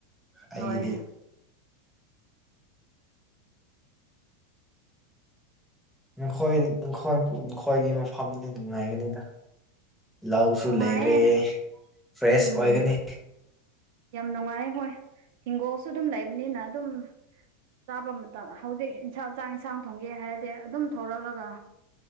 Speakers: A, in the centre; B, on the right (about 65°).
A: ꯑꯩꯒꯤꯗꯤ
B: ꯍꯣꯏ
A: ꯅꯈꯣꯏ ꯅꯈꯣꯏ ꯅꯈꯣꯏꯒꯤ ꯃꯐꯝꯗꯤ ꯅꯨꯡꯉꯥꯏꯒꯅꯤꯗ ꯂꯧꯁꯨ
B: ꯅꯨꯡꯉꯥꯏꯌꯦ
A: ꯂꯩꯔꯦ ꯐ꯭ꯔꯦꯁ
B: ꯎꯝ
A: ꯑꯣꯏꯒꯅꯤ
B: ꯌꯥꯝ ꯅꯨꯡꯉꯥꯏ ꯍꯣꯏ ꯍꯤꯡꯒꯣꯜꯁꯨ ꯑꯗꯨꯝ ꯂꯩꯕꯅꯤꯅ ꯑꯗꯨꯝ ꯆꯥꯕ ꯃꯇꯝ ꯍꯧꯖꯤꯛ ꯏꯟꯁꯥꯡ ꯆꯥꯡ ꯏꯟꯁꯥꯡ ꯊꯣꯡꯒꯦ ꯍꯥꯏꯔꯗꯤ ꯑꯗꯨꯝ ꯊꯣꯔꯛꯂꯒ